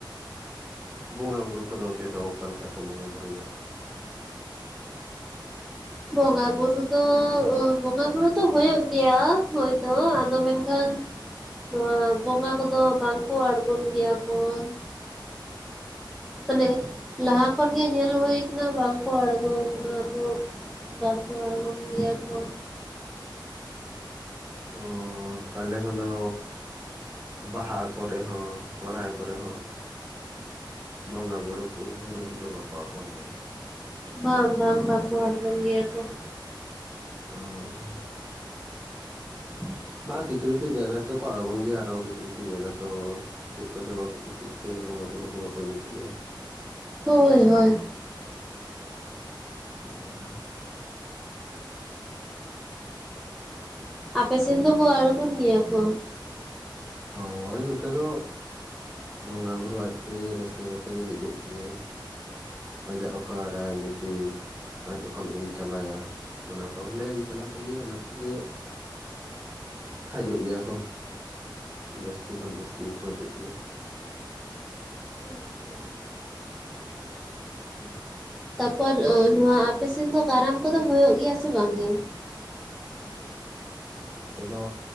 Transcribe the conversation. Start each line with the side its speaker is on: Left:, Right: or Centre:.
Right: <inaudible> ᱵᱚᱸᱜᱟ ᱵᱩᱨᱩ ᱠᱚᱫᱚ ᱚᱱᱛᱮ ᱫᱚ ᱚᱠᱟ ᱞᱮᱠᱟ ᱠᱚ ᱵᱚᱸᱜᱟ ᱵᱩᱨᱩᱭᱟ?
Centre: ᱵᱚᱸᱜᱟᱼᱵᱩᱨᱩ ᱫᱚ ᱵᱚᱸᱜᱟᱼᱵᱩᱨᱩ ᱫᱚ ᱦᱳᱭᱳᱜ ᱜᱮᱭᱟ ᱦᱳᱭ ᱫᱳ ᱾ ᱟᱫᱚ ᱢᱮᱱᱠᱷᱟᱱ ᱱᱚᱣᱟ ᱵᱚᱸᱜᱟ ᱠᱚᱫᱚ ᱵᱟᱝ ᱠᱚ ᱟᱬᱜᱚᱱ ᱜᱮᱭᱟ ᱠᱚ ᱾ ᱢᱟᱱᱮ ᱞᱟᱦᱟ ᱠᱷᱚᱱ ᱜᱮ ᱧᱮᱞ ᱦᱳᱭ ᱟᱠᱟᱱᱟ ᱵᱟᱝᱠᱚ ᱟᱬᱜᱳ ᱟᱠᱟᱱᱟ ᱟᱫᱚ ᱵᱟᱝ ᱠᱚ ᱟᱬᱜᱳᱱ ᱜᱮᱭᱟ ᱠᱚ ᱾
Right: ᱳᱻ ᱛᱟᱦᱚᱞᱮ ᱠᱷᱟᱱ ᱫᱚ ᱵᱟᱦᱟ ᱠᱚᱨᱮ ᱦᱚᱸ ᱥᱚᱨᱦᱟᱭ ᱠᱚᱨᱮ ᱦᱚᱸ ᱵᱚᱸᱜᱟ ᱵᱩᱲᱳ ᱠᱚ ᱵᱩᱨᱩ ᱠᱚᱫᱚ ᱵᱟᱠᱚ ᱟᱬᱜᱚᱱ ᱜᱮᱭᱟ ᱾
Centre: ᱵᱟᱝ ᱵᱟᱝ ᱵᱟᱠᱚ ᱟᱲᱜᱳᱱ ᱜᱮᱭᱟ ᱠᱚ ᱾
Right: ᱚᱸᱻ
Centre: <inaudible>
Right: ᱵᱟᱝ ᱠᱤᱪᱷᱩ ᱠᱤᱪᱷᱩ ᱡᱟᱭᱜᱟ ᱨᱮ ᱫᱚᱠᱚ ᱟᱬᱜᱳᱱ ᱜᱮᱭᱟ, ᱟᱨᱚ ᱠᱤᱪᱷᱩ ᱠᱤᱪᱷᱩ ᱡᱟᱭᱜᱟ ᱨᱮ ᱫᱚ ᱪᱮᱫ ᱠᱚᱪᱚᱝ ᱵᱟᱠᱚ ᱠᱩᱥᱤᱜ ᱛᱮ ᱵᱚᱸᱜᱟ ᱵᱩᱨᱩ ᱠᱚ ᱵᱟᱠᱚ ᱦᱤᱡᱩᱜ ᱜᱮᱭᱟ᱾
Centre: ᱦᱳᱭ ᱦᱳᱭ ᱾
Right: <unintelligible>
Centre: ᱟᱯᱮ ᱥᱮᱱ ᱫᱚᱠᱚ ᱟᱲᱜᱳᱱ ᱜᱮᱭᱟ ᱠᱚ?
Right: ᱦᱳᱭᱻ ᱱᱚᱛᱮ ᱫᱚ ᱵᱚᱸᱜᱟ ᱵᱩᱨᱩ ᱟᱡ ᱛᱮᱜᱮ ᱨᱟᱹᱥᱠᱟᱹ ᱠᱟᱛᱮᱜ ᱜᱮ ᱦᱤᱡᱩᱜ ᱜᱮᱭᱟᱭ ᱾ ᱟᱡᱟᱜ ᱚᱠᱟ ᱨᱟᱭ ᱱᱤᱛᱤ ᱟᱡ ᱚᱠᱟᱢ ᱮᱢ ᱪᱟᱞᱟᱭᱟ ᱾ ᱚᱱᱟ ᱠᱚᱦᱚᱸ ᱞᱮ ᱮᱢ ᱪᱟᱞ ᱟᱠᱚ ᱜᱮᱭᱟ ᱚᱱᱟ ᱛᱮᱜᱮ ᱦᱟᱡᱩᱜ ᱜᱮᱭᱟ ᱠᱚ <inaudible> ᱡᱟᱹᱥᱛᱤ ᱠᱷᱚᱱ ᱡᱟᱹᱥᱛᱤ ᱜᱮᱠᱚ ᱦᱤᱡᱩᱜ ᱜᱮᱭᱟ᱾
Centre: <unintelligible>
Right: <unintelligible>
Centre: ᱛᱟᱯᱚᱨ ᱱᱚᱣᱟ ᱟᱯᱮ ᱥᱮᱱ ᱫᱚ ᱠᱟᱨᱟᱢ ᱠᱚᱫᱚ ᱦᱳᱭᱳᱜ ᱜᱮᱭᱟ ᱥᱮ ᱵᱟᱝ ᱜᱮ? <inaudible>
Right: ᱦᱚᱸ ᱱᱚᱛᱮ ᱫᱚ